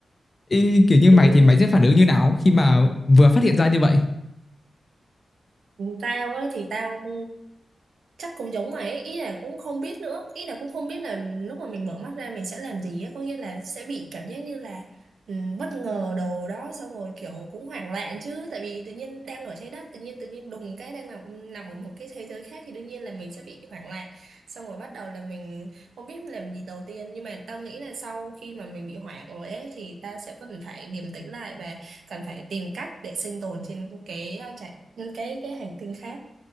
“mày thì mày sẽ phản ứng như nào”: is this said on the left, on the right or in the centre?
Left